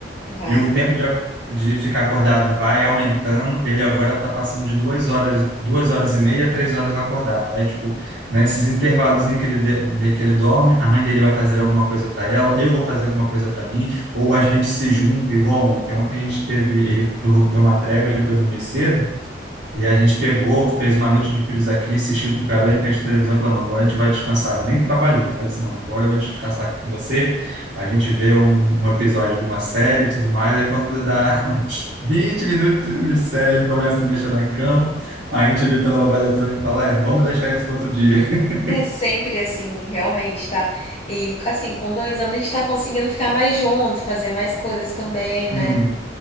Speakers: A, on the left; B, on the right.
A: Vai.
B: e o tempo de, ac- de ficar acordado vai aumentando. Ele agora está passando de duas horas, duas horas e meia, três horas acordado. Aí, tipo, nesses intervalos em que ele, de- de- que ele dorme, a mãe dele vai fazer alguma coisa para ela, eu vou fazer alguma coisa para mim, ou a gente se junta, igual ontem. Ontem a gente teve, ele dur- deu uma trégua, ele foi dormir cedo, e a gente pegou, fez uma noite de filhos aqui, assistiu para bem em frente à televisão e falou, não, agora a gente vai descansar. Eu nem trabalhei. Falei assim, não, agora eu vou descansar aqui com você. A gente vê um, um episódio de uma série e tudo mais. Aí quando dá <laughs> uns 20 minutos, 30 minutos de série, ele começa a se mexer na cama. Aí a gente vê pela babá eletrônica e fala, é, vamos deixar isso para outro dia. <laughs>
A: É sempre assim, realmente, tá? E assim, com dois anos a gente tá conseguindo ficar mais junto, fazer mais coisas também, né?
B: Uhum.